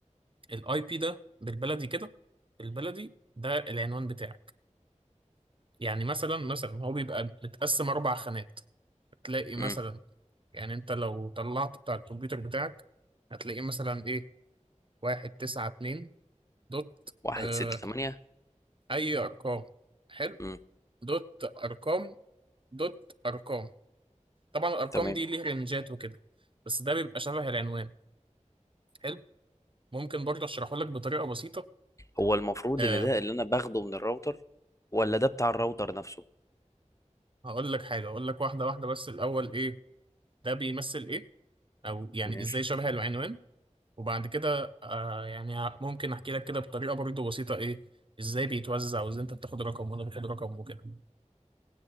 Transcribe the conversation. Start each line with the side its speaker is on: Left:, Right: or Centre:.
Right: الاي بي ده بالبلدي كده بالبلدي ده العنوان بتاعك يعني مثلا مثلا هو بيبقى متقسم اربع خانات تلاقي مثلا
Left: امم
Right: يعني انت لو طلعت بتاع الكمبيوتر بتاعك هتلاقيه مثلا ايه واحد تسعة اتنين دوت
Left: واحد
Right: اه
Left: ستة تمانية
Right: اي ارقام حلو
Left: امم
Right: دوت ارقام دوت ارقام طبعا الارقام
Left: تمام
Right: دي ليه رنجات وكده بس ده بيبقى شبه العنوان حلو ممكن برضه اشرحه لك بطريقة بسيطة
Left: هو المفروض
Right: اه
Left: ان ده اللي انا باخده من الراوتر ولا ده بتاع الراوتر نفسه
Right: هقول لك حاجة اقول لك واحدة واحدة بس الاول ايه ده بيمثل ايه او يعني
Left: ماشي
Right: ازاي شبه العنوان وبعد كده آه يعني ه- ممكن احكي لك كده بطريقه برضه بسيطه ايه ازاي بيتوزع وازاي انت بتاخد رقم وانا باخد رقم وكده